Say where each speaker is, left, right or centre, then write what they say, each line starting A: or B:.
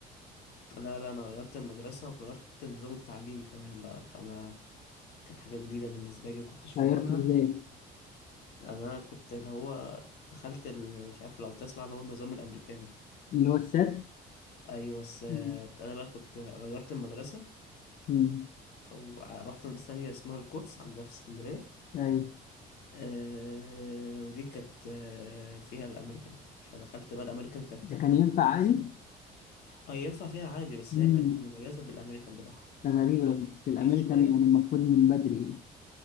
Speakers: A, on the left; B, on the left.
A: لا لا انا غيرت المدرسة وغيرت النظام التعليمي كمان بقى فانا كانت حاجة جديدة بالنسبة لي ومكنتش فاهمها
B: غيرته ازاي
A: انا كنت اللي هو دخلت ال- مش عارف لو تسمع اللي هو النظام الامريكاني
B: اللي هو السات
A: ايوه بس آه،
B: مم.
A: انا بقى كنت غيرت المدرسة
B: مم.
A: فروحت مدرسة تانية اسمها القدس عندها في اسكندرية
B: ايوه
A: أه ودي كانت آه، فيها الامريكان فدخلت بقى الامريكان كانت
B: ده كان ينفع عادي
A: بس اه ينفع فيها عادي بس
B: مم.
A: هي كانت مميزة بالامريكان بتاعها
B: ده غريبه
A: عشان هو
B: بس
A: كان
B: الامريكان
A: رخيص شوية
B: يعني المفروض من بدري